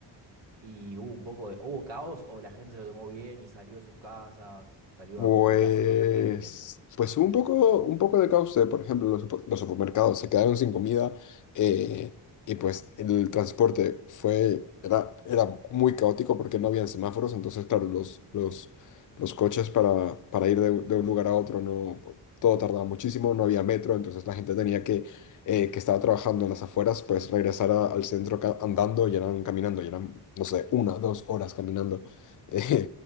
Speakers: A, on the right (about 65°); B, on the left (about 45°).
A: Y hubo un poco de, hubo caos o la gente se lo tomó bien y salió de sus casas, salió
B: Pues,
A: a comunicarse con otra gente.
B: pues hubo un poco, un poco de caos de, por ejemplo, los, supe- los supermercados se quedaron sin comida eh, y pues el transporte fue, era, era muy caótico porque no habían semáforos, entonces claro, los, los, los coches para, para ir de, de un lugar a otro, no, pues, todo tardaba muchísimo, no había metro, entonces la gente tenía que, eh, que estaba trabajando en las afueras, pues regresar a- al centro ca- andando y eran caminando, y eran, no sé, una, dos horas caminando. <laughs>